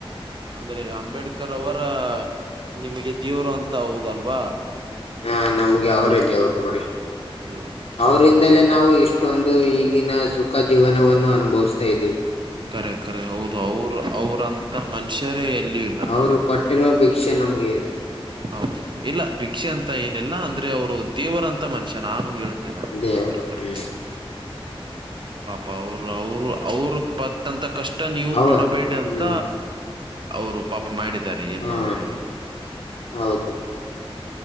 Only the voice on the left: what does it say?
ಹಾ ನಮ್ಗೆ ಅವ್ರೇ ದೇವರ್ ನೋಡಿ.
ಅವರಿಂದಲೇ ನಾವು ಇಷ್ಟೊಂದು ಈಗಿನ ಸುಖ ಜೀವನವನ್ನು ಅನುಭವಿಸ್ತಾ ಇದ್ದೀವಿ
ಅವರು
ಕೊಟ್ಟಿರುವ ಭಿಕ್ಷೆ ನಮಗೆ
ದೇವರು
ಹ್ಮ್
ಅವ
ಹ್ಮ್
ಹಾ
ಹೌದು